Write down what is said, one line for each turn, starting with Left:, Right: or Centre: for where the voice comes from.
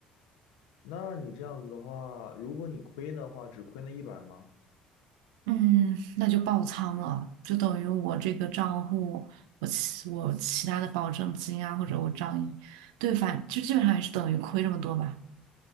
Left: 那你这样子的话，如果你亏的话，只亏那一百吗？
Right: 嗯，那就爆仓了，就等于我这个账户，我其我其他的保证金啊，或者我账一对，反就基本上也是等于亏这么多吧。